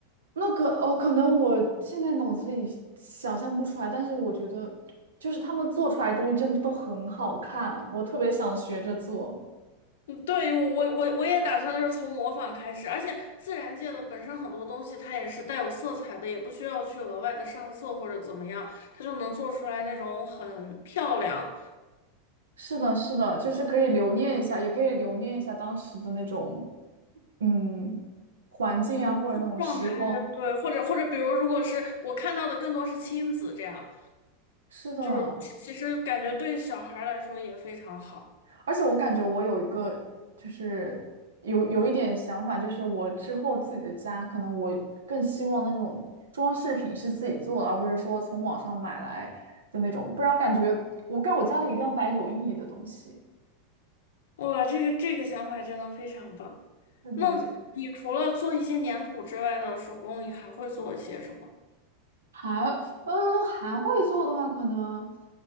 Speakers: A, on the right (about 80°); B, on the left (about 70°).
A: 那个哦，可能我现在脑子里想象不出来，但是我觉得就是他们做出来的东西真的都很好看，我特别想学着做。
B: 嗯，对，我我我我也打算就是从模仿开始，而且自然界的本身很多东西它也是带有色彩的，也不需要去额外的上色或者怎么样，它就能做出来那种很漂亮，
A: 是的，是的，就是可以留念一下，也可以留念一下当时的那种，嗯，环境啊，
B: 嗯，
A: 或者那种时光。
B: 就状态对，或者或者比如如果是我看到的更多是亲子这样，
A: 是的，
B: 就是其实感觉对小孩儿来说也非常好。
A: 而且我感觉我有一个，就是有有一点想法，就是我之后自己的家，可能我更希望那种装饰品是自己做的，而不是说从网上买来的那种，不然我感觉我干我家里一定要摆有意义的东西。
B: 哇，这个这个想法真的非常棒。
A: 是的，
B: 那你除了做一些粘土之外的手工，
A: 就
B: 你还会做一些什么？
A: 还，嗯，还会做的话，可能。